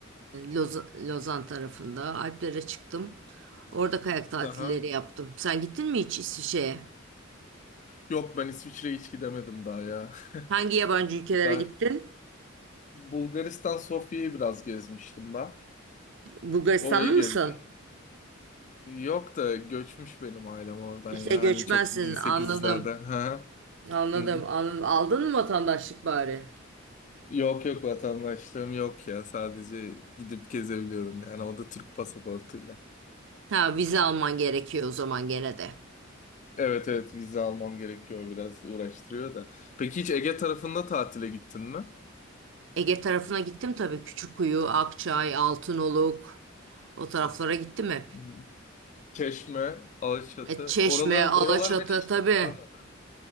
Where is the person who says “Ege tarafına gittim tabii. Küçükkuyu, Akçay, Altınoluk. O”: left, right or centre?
Right